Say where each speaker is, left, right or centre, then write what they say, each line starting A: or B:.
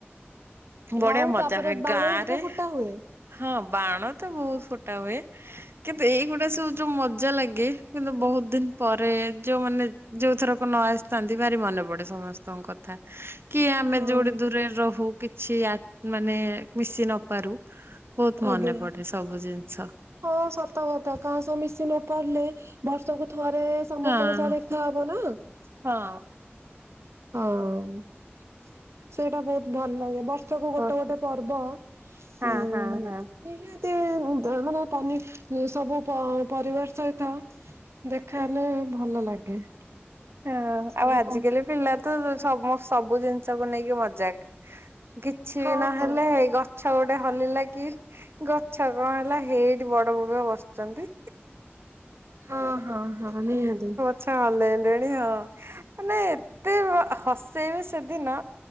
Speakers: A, on the right (about 65°); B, on the right (about 85°).
A: ବଢିଆ
B: ଆଉ
A: ମଜା
B: ତାପରେ
A: ହୁଏ
B: ବାଣ
A: ଗାଁଆ
B: ହେରିକା
A: ରେ
B: ଫୁଟା ହୁଏ
A: ହଁ ବାଣ ତ ବହୁତ ଫୁଟା ହୁଏ କିନ୍ତୁ ଏଇଗୁଡ଼ା ସବୁ ଯୋଉ ମ ଜା ଲାଗେ କିନ୍ତୁ ବହୁତ ଦିନ ପରେ ଯୋଉମାନେ ଯୋଉ ଥରକ ନ ଆସିଥାନ୍ତି ଭାରି ମନେ ପଡେ ସମସ୍ତଙ୍କ କ ଥା କି ଆମେ
B: ହଁ
A: ଯୋଉଠି ଦୂରରେ ରହୁ କିଛି ଆ ମାନେ ମିଶି ନ ପାରୁ ବହୁତ
B: ଆଜ୍ଞା
A: ମନେ ପଡେ ସବୁ ଜିନିଷ।
B: ହଁ ସତ କଥା କାହା ସହ ମିଶି ନ ପାରିଲେ ବର୍ଷକୁ ଥରେ ସମସ୍ତଙ୍କ
A: ହାଁ
B: ସହ ଦେଖାହବ ନା
A: ହଁ।
B: ହଁ ସେଇଟା ବହୁତ୍ ଭଲ୍ ଲାଗେ ବର୍ଷକୁ ଗୋଟେ
A: ହଁ
B: ଗୋଟେ ପର୍ବ ହୁଁ।
A: ହଁ ହଁ ହଁ।
B: ନିହାତି ମାନେ ତମେ ସବୁ ପ ପରିବାର ସହିତ ଦେଖାହେଲେ ଭଲ ଲାଗେ।
A: ହଁ
B: ସବୁ
A: ଆଉ ଆଜିକାଲି
B: ପ
A: ପିଲା ତ ସମ ସବୁ ଜିନିଷ୍ କୁ ନେଇକି ମଜାକ୍। କିଛି
B: ହଁ
A: ବି ନହେଲେ
B: ହଁ
A: ହେଇ ଗଛ ଗୋଟେ ହଲିଲା କି ଗଛ କଁ ହେଲା ହେଇଠି ବଡ ବଡୁଆ ବସ୍ ଚନ୍ତି।
B: ହଁ ହଁ ହଁ ନିହାତି।
A: ଛ ହଲେଇଲେଣି ଆଉ ମାନେ ଏତେ ହ ହସେଇବେ ସେଦିନ।